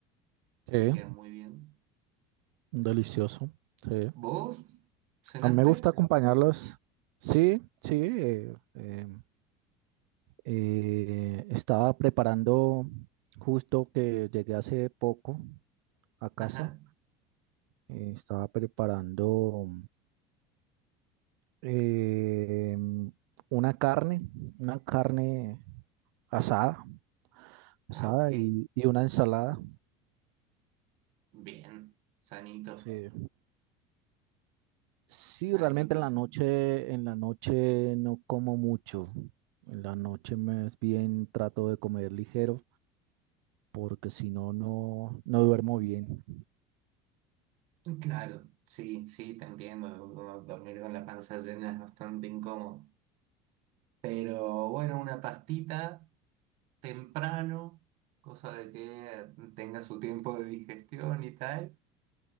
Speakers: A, on the right; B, on the right.
A: Sí,
B: le queda muy bien.
A: delicioso. Sí.
B: ¿Vos cenaste?
A: A mí me gusta acompañarlos. Sí, sí. eh, eh, eh, estaba preparando justo que llegué hace poco a casa.
B: Ajá.
A: eh, estaba preparando. eh, una carne, una carne asada,
B: Ah,
A: asada
B: ok.
A: y, y una ensalada.
B: Bien. Sanito,
A: Sí. Sí,
B: sanito,
A: realmente en la
B: sanito.
A: noche, en la noche no como mucho. En la noche más bien trato de comer ligero porque si no, no, no duermo bien.
B: Claro, sí, sí, te entiendo. Uno Dormir con la panza llena es bastante incómodo. Pero bueno, una pastita. temprano, cosa de que tenga su tiempo de digestión y tal,